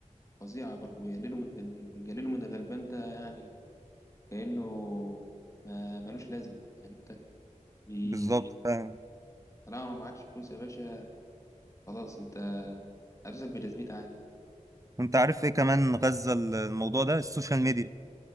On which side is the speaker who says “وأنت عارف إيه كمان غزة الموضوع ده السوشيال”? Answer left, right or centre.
Right